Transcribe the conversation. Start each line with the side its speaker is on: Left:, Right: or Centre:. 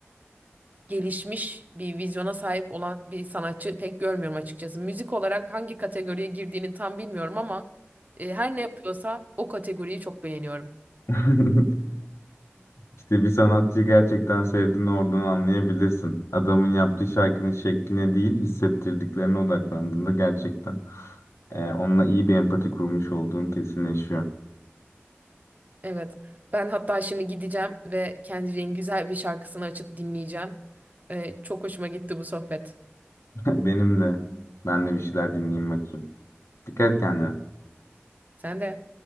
Right: gelişmiş bir vizyona sahip olan bir sanatçı pek görmüyorum açıkçası. Müzik olarak hangi kategoriye girdiğini tam bilmiyorum ama e, her ne yapıyorsa o kategoriyi çok beğeniyorum.
Left: <laughs> İşte bir sanatçıyı gerçekten sevdiğini oradan anlayabilirsin. Adamın yaptığı şarkının şekline değil, hissettirdiklerine odaklandığında gerçekten. E, onunla iyi bir empati kurmuş olduğun kesinleşiyor.
Right: Evet. Ben hatta şimdi gideceğim ve Kendrick'in güzel bir şarkısını açıp dinleyeceğim. Ee, çok hoşuma gitti bu sohbet.
Left: <laughs> Benim de. Ben de bir şeyler dinleyeyim bakayım. Dikkat et kendine.
Right: Sen de.